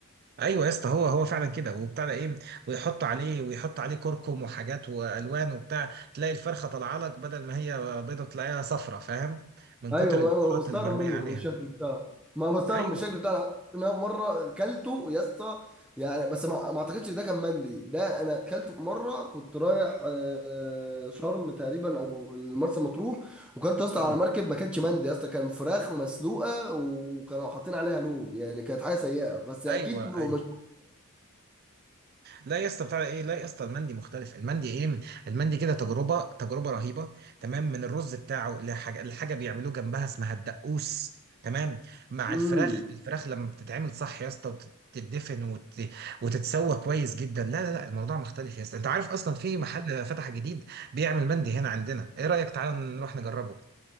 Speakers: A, on the right; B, in the centre.
A: ايوه يا اسطى هو هو فعلا كده وبتاع ده ايه ويحط عليه ويحط عليه كركم وحاجات والوان وبتاع تلاقي الفرخه طالعه لك بدل ما هي بيضه تلاقيها صفرة فاهم من
B: ايوه
A: كتر
B: ما
A: البهارات
B: ما بستغرب
A: اللي مرميه
B: منه
A: عليها
B: من الشكل بتاعه ما بستغرب
A: ايوه
B: من الشكل بتاعه أنا عايز أقول لك إن انا مره كلته يا اسطى يعني بس ما, ما اعتقدش ده كان مندي ده انا كلته في مره كنت رايح آه، آه، شرم تقريبا او مرسى مطروح وكلت يا اسطى
A: مم.
B: على مركب ما كانتش مندي يا اسطى كان فراخ مسلوقه وكانوا حاطين عليها لون يعني كانت حاجه سيئه بس اكيد
A: ايوه
B: مش
A: ايوه لا يا اسطى بتاع ايه لا يا اسطى المندي مختلف المندي ايه المندي كده تجربه تجربه رهيبه تمام من الرز بتاعه لحاجه لحاجه بيعملوه جنبها اسمها الدقوس تمام مع
B: امم
A: الفراخ الفراخ لما بتتعمل صح يا اسطى وتتدفن وت... وتتسوى كويس جدا لا لا لا الموضوع مختلف يا اسطى انت عارف اصلا في محل فتح جديد بيعمل مندي هنا عندنا ايه رايك تعالى نروح نجربه